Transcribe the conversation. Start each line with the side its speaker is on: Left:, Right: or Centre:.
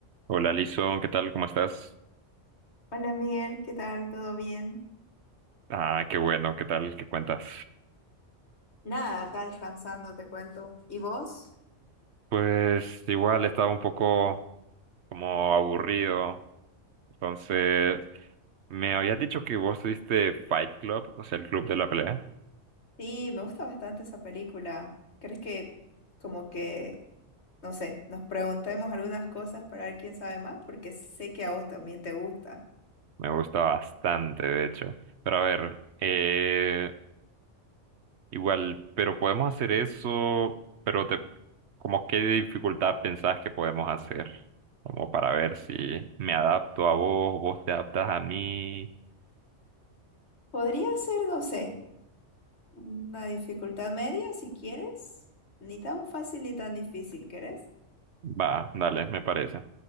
Right: Hola, Lison, ¿qué tal? ¿Cómo estás?
Left: Hola Miguel, ¿qué tal? ¿Todo bien?
Right: Ah, qué bueno, ¿qué tal? ¿Qué cuentas?
Left: Nada, acá descansando, te cuento. ¿Y vos?
Right: Pues igual estaba un poco como aburrido. Entonces, me habías dicho que vos tuviste Fight Club, o sea, el club de la pelea.
Left: Sí, me gusta bastante esa película. ¿Crees que como que, no sé, nos preguntemos algunas cosas para ver quién sabe más? Porque sé que a vos también te gusta.
Right: Me gusta bastante, de hecho. Pero a ver, eh, igual, pero podemos hacer eso, pero te, como qué dificultad pensás que podemos hacer, como para ver si me adapto a vos, vos te adaptas a mí.
Left: Podría ser, no sé. Una dificultad media, si quieres. Ni tan fácil ni tan difícil, ¿querés?
Right: Va, dale, me parece.